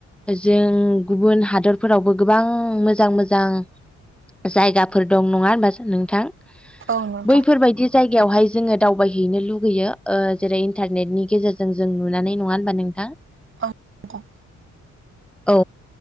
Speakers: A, in the centre; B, on the right.
A: जों गुबुन हादरफोरावबो गोबां मोजां मोजां जायगाफोर दं नङा होमबा नोंथां
B: औ नोंथां
A: बैफोरबायदि जायगायावहाय जोङो दावबायहैनो लुगैयो ओ जेरै इन्टारनेटनि गेजेरजों जों नुनानै नङा होनोमबा नों
B: औ <unintelligible>
A: औ